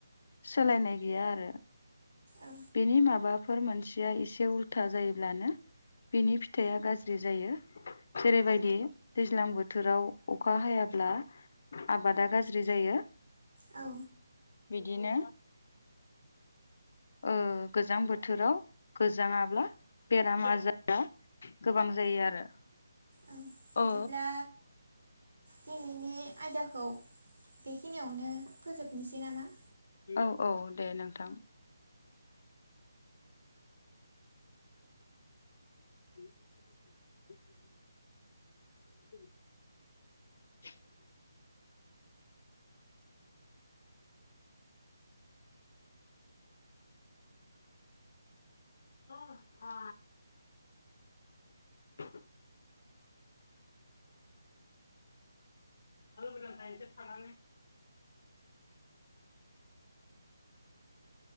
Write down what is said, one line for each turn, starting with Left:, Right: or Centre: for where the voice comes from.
Left: सोलायनाय गैया आरो।
Right: औ
Left: बेनि माबाफोर मोनसिया एसे उल्था जायोब्लानो बिनि फिथाइया गाज्रि जायो। जेरैबायदि दैज्लां बोथोराव अखा हायाब्ला आबादा गाज्रि जायो।
Right: औ
Left: बिदिनो ओ गोजां बोथोराव गोजाङाब्ला बेराम आजारा गोबां जायो आरो
Right: औ बिदिब्ला
Left: अ
Right: दिनैनि आयदाखौ बेखिनियावनो फोजोबनोसै नामा?
Left: औ औ दे नोंथां। <unintelligible> <inaudible> अ आ <unintelligible> ओब्रा दायनोस थागानो